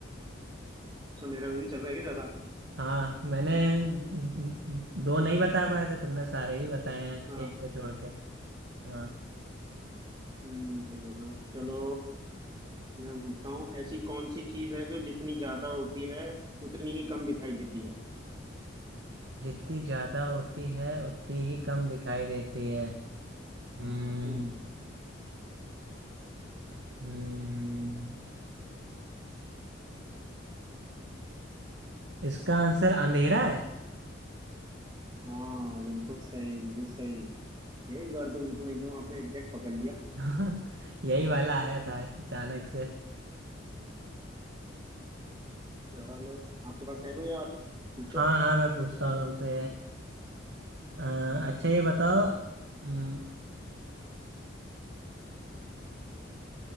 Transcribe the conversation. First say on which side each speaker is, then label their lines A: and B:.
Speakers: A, on the right; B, on the right.
A: अच्छा मेरा भी चल रहा है क्या ज्यादा
B: हाँ मैंने दो नहीं बता पाए थे तुमने सारे ही बताए हैं
A: हाँ
B: एक को छोड़ के हाँ
A: हम्म सही बोल रहे हो चलो मैं पूछता हूँ ऐसी कौन सी चीज है जो जितनी ज्यादा होती है उतनी ही कम दिखाई देती है
B: जितनी ज्यादा होती है उतनी ही कम दिखाई देती है हम्म
A: हम्म
B: हम्म इसका आंसर अंधेरा है
A: हाँ बिल्कुल सही बिल्कुल सही ये एक बार तो बिल्कुल एकदम आपने एग्जैक्ट पकड़ लिया
B: <laughs> यही वाला आया था अचानक से
A: चलो आपके पास है कोई और पूछो
B: हाँ हाँ मैं पूछता हूँ तुमसे अ, अच्छा ये बताओ हम्म,